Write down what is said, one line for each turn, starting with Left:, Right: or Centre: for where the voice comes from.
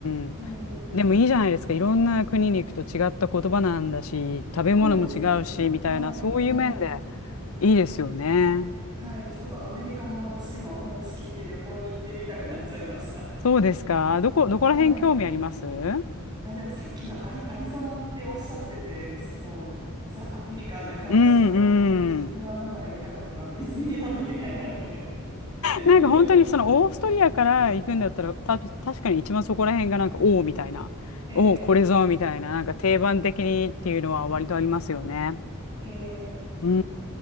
Left: うん。
Right: うん、
Left: でもいいじゃないですか。いろんな国に行くと違った言葉なんだし、食べ物も違うし、
Right: そうですね。
Left: みたいな、
Right: はい、
Left: そういう面で
Right: はい、
Left: いいですよね。
Right: はい。ちょっとアメリカも私今お話聞いて旅行に行ってみたくなっちゃいました。
Left: そうですか。どこ、どこら辺興味ありますう
Right: はい。あ、でもさっきのアリ、アリゾナっておっしゃってて、その、ザ・アメリカンな感じを、
Left: んう
Right: 多分自分は生で見たことがディズニーランド以外ないので。
Left: ん。
Right: <laughs>
Left: なんか本当にそのオーストリアから行くんだったら、た、確かに一番そこら辺がなんか、おおみたいな、
Right: えー、
Left: おお、これぞみたいな、なんか定番的にっていうのは割とありますよね。
Right: <laughs> え
Left: うん